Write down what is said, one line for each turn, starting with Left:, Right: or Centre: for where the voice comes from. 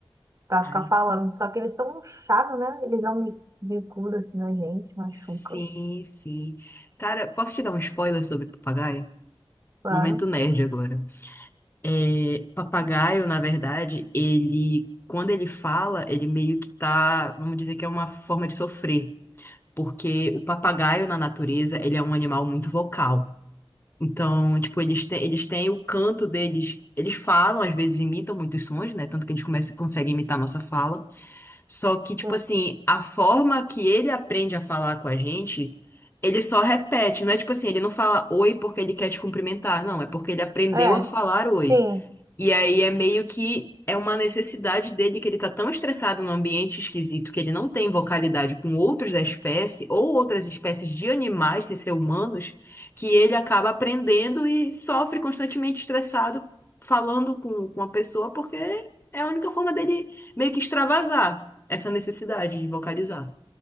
Right: pra
Left: Ai,
Right: ficar falando. Só que eles são um chato, né? Eles dão bi- bicuda assim na gente, machucam.
Left: sim, sim. Cara, posso te dar um spoiler sobre papagaio?
Right: Claro.
Left: Momento nerd agora. É, papagaio, na verdade, ele, quando ele fala, ele meio que tá, vamos dizer que é uma forma de sofrer. Porque o papagaio na natureza, ele é um animal muito vocal. Então, tipo, eles têm, eles têm o canto deles. Eles falam, às vezes imitam muitos sons, né? Tanto que a gente começa, consegue imitar a nossa fala. Só que, tipo
Right: Sim.
Left: assim, a forma que ele aprende a falar com a gente, ele só repete. Não é tipo assim, ele não fala oi porque ele quer te cumprimentar. Não, é porque ele aprendeu
Right: É,
Left: a falar oi.
Right: sim.
Left: E aí é meio que é uma necessidade dele que ele tá tão estressado num ambiente esquisito que ele não tem vocalidade com outros da espécie ou outras espécies de animais sem ser humanos, que ele acaba aprendendo e sofre constantemente estressado falando com, com a pessoa porque é a única forma dele meio que extravasar essa necessidade de vocalizar.